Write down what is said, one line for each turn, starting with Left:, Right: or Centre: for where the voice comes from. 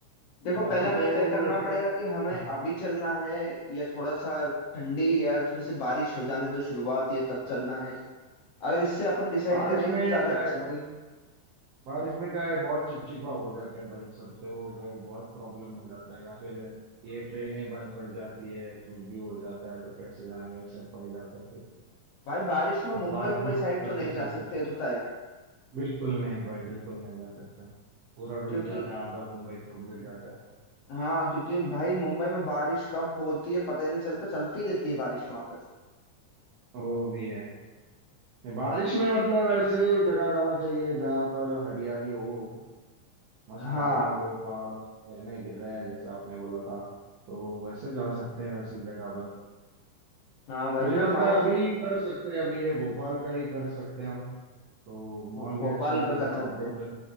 Left: देखो
Right: बाकी
Left: पहले हमें
Right: तो
Left: तय करना
Right: वैसे
Left: पड़ेगा
Right: कि
Left: कि हमें
Right: हाँ,
Left: अभी चलना है या थोड़ा सा ठंडी या थोड़ी सी बारिश हो जाने दो शुरुआत या तब चलना है अगर इससे अपन डिसाइड
Right: बारिश
Left: करेंगे
Right: में
Left: तो ज्यादा
Right: क्या
Left: अच्छा
Right: है भाई बारिश में क्या है बहुत चिपचिपा हो जाता है भाई सब तो वो बहुत प्रॉब्लम हो जाता है या फिर ये ट्रेनें बंद पड़ जाती है कुछ भी हो जाता है तो कैसे जाएंगे सब पड़ जाता है फिर
Left: भाई बारिश में
Right: और
Left: मुंबई
Right: बारिश
Left: मुंबई
Right: में
Left: साइड
Right: बर्फी
Left: तो नहीं
Right: चलती
Left: जा सकते
Right: है
Left: ये तो तय है
Right: बिल्कुल नहीं भाई बिल्कुल नहीं जा सकता पूरा डूब
Left: क्योंकि
Right: जाता है आधा मुंबई तो डूब जाता है
Left: हाँ क्योंकि भाई मुंबई में बारिश कब होती है पता ही नहीं चलता चलती रहती है बारिश वहां पे
Right: वो भी है बारिश में मतलब ऐसे जगह जाना चाहिए जहाँ पर हरियाली हो मस्त
Left: हाँ
Right: पहाड़ हो पहाड़ों से झरने गिर रहे हैं जैसा आपने बोला था तो वैसे जा सकते हैं वैसी जगह पर
Left: हाँ भाई
Right: मुझे
Left: मैं
Right: लगता
Left: माउंट
Right: है अभी कर सकते हैं अभी ये भोपाल का ही कर सकते हैं हम तो माहौल
Left: भो- भोपाल
Right: भी अच्छा है
Left: का
Right: जैसे
Left: कर
Right: आप
Left: सकते
Right: बोल
Left: हैं
Right: रहे